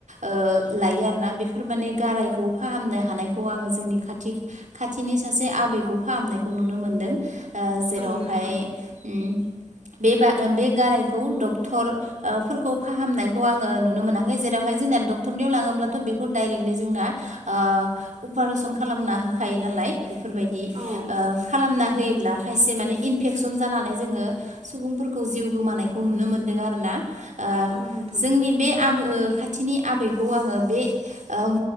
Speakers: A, on the right; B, on the right.
A: ओ लायो आरोना बेफोर माने गारायखौ फाहामनो हानायखौ खौ आङो जोंनि खाथि खाथिनि सासे आबैखौ फाहामनायखौ नुनो मोनदों ओ जेरावहाय
B: औ नोंथां
A: उम बे बा बे गारायखौ डक्टर ओ फोरखौ फाहामनायखौ आङो नुनो मोनाखै जेरावहाय जोंना डक्टरनियाव लाङोब्लाथ' बेखौ डायरेक्टलि जोंना ओ अपारेशन खालामना होखायो नालाय बेफोरबायदि
B: औ
A: ओ खालामना होयोब्ला खायसे माने इनफेकसन जानानै जोङो सुबुंफोरखौ जिउ गोमानायखौ नुनो मोनदों आरोना ओ
B: औ नोंथां
A: जोंनि बे आब ओ खाथि थिनि आबैखौ आङो बे ओ